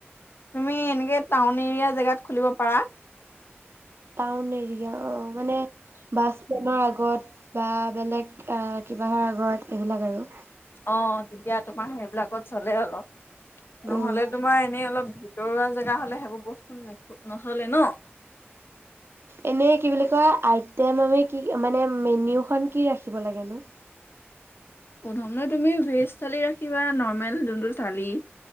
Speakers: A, on the left; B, on the right.
A: তুমি এনেকে টাউন এৰিয়া জেগাত খুলিব পাৰা
B: টাউন এৰিয়া অ মানে বাছ ষ্টেণ্ডৰ আগ আগত বা বেলেগ কিবাহৰ আগত এইবিলাক আৰু।
A: অ, তেতিয়া তোমাৰ সেইবিলাকত চলে অলপ।
B: উম
A: নহলে তোমাৰ এনেই অলপ ভিতৰুৱা জাগা। হ'লে সেইবোৰ বস্তুখ নচলে ন।
B: এনে কি বুলি কয় আইটেম আমি কি মানে মেনউখন কি ৰাখিব লাগেনো।
A: প্ৰথম তুমি ভেজ থালি ৰাখিবা নৰ্মেল যোনটো থালি।